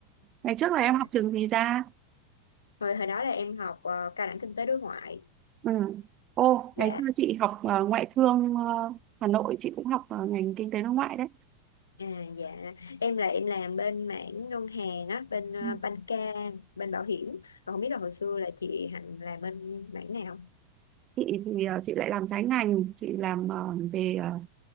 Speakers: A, on the right (about 30°); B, on the left (about 70°).
A: ngày trước là
B: Dạ.
A: em học trường gì ra?
B: Hồi hồi đó là em học ờ, cao đẳng kinh tế đối ngoại.
A: Ừ. Ô,
B: Dạ.
A: ngày xưa chị học ờ, ngoại thương ờ, Hà Nội, chị cũng học ờ, ngành kinh tế đối ngoại đấy.
B: À dạ, em là em làm bên mảng ngân hàng á, bên ờ,
A: Ừ.
B: banh ca, bên bảo hiểm. Còn không biết là hồi xưa là chị Hạnh làm bên mảng nào?
A: chị thì ờ, chị lại làm trái ngành chị làm ờ, về ờ,